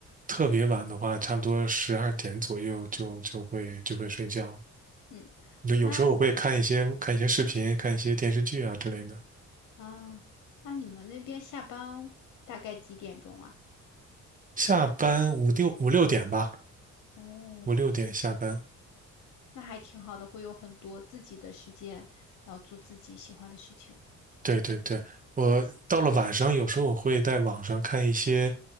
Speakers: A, on the right; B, on the left.
A: 特别晚的话，差不多十二点左右就就会就会睡觉。
B: 嗯，
A: 就有时候我会看一些看一些视频，
B: 那
A: 看一些电视剧啊之类的。
B: 啊，那你们那边下班大概几点钟啊？
A: 下班五六五六点吧，
B: 哦，
A: 五六点下班。
B: 那还挺好的，会有很多自己的时间，然后做自己喜欢的事情。
A: 对对对，我到了晚上，有时候我会在网上看一些，